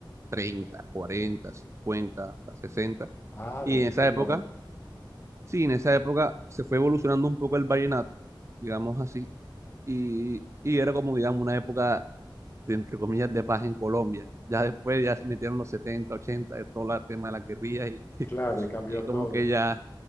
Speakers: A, on the right; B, on the left.
A: 30 40 50 hasta 60,
B: Ah,
A: y
B: del
A: en esa
B: siglo
A: época,
B: XX.
A: sí, en esa época se fue evolucionando un poco el vallenato, digamos así, y, y era como, digamos, una época de, entre comillas, de paz en Colombia. Ya después ya se metieron los 70 80 de todo el tema de las guerrillas y, <laughs>
B: Claro, y cambió
A: y como
B: todo.
A: que ya